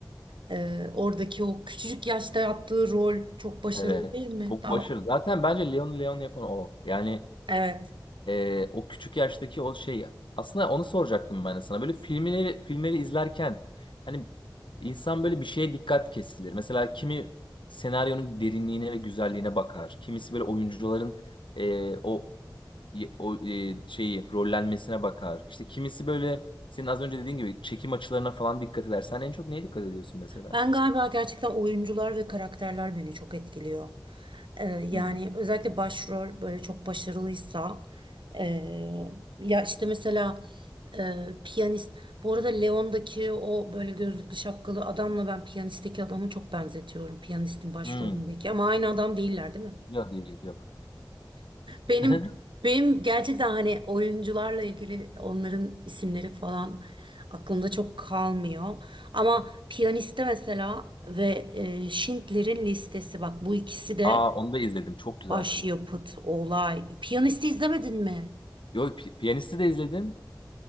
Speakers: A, on the right; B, on the left.
A: e, oradaki o küçücük yaşta yaptığı rol çok başarılı
B: evet.
A: değil mi?
B: Çok
A: Daha,
B: başarılı. Zaten bence Leon Leon yapan o. Yani
A: evet.
B: e, o küçük yaştaki o şey. Aslında onu soracaktım ben de sana. Böyle filmleri filmleri izlerken hani insan böyle bir şeye dikkat kesilir. Mesela kimi senaryonun derinliğine ve güzelliğine bakar. Kimisi böyle oyuncuların e, o o e, şeyi rollenmesine bakar. İşte kimisi böyle senin az önce dediğin gibi çekim açılarına falan dikkat eder. Sen en çok neye dikkat ediyorsun mesela?
A: Ben galiba gerçekten oyuncular ve karakterler beni çok etkiliyor. Ee, yani
B: Hı
A: özellikle başrol böyle çok başarılıysa ee, ya işte mesela ee, piyanist. Bu arada Leon'daki o böyle gözlüklü şapkalı adamla ben piyanistteki adamı çok benzetiyorum. Piyanistin başrolündeki
B: hı.
A: ama aynı adam değiller, değil mi?
B: Yok değil yok.
A: Benim
B: <laughs>
A: benim gerçekten hani oyuncularla ilgili onların isimleri falan aklımda çok kalmıyor. Ama piyaniste mesela ve e, Schindler'in Listesi bak bu ikisi de
B: Aa onu da izledim. Çok güzel
A: başyapıt,
B: film.
A: olay. Piyanisti izlemedin mi?
B: Yok Pi- Piyanist'i de izledim.